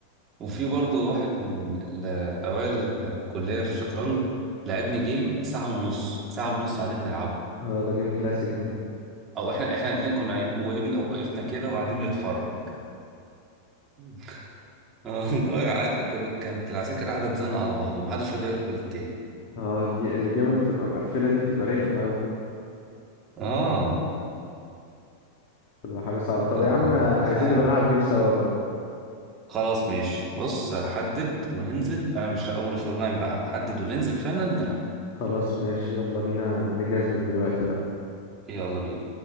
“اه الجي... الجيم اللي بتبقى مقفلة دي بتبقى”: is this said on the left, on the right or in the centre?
Left